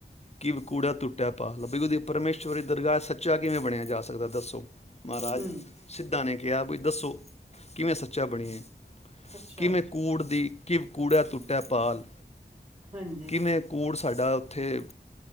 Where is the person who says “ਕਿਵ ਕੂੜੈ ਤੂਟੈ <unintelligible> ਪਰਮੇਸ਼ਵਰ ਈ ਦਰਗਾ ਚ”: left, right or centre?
Left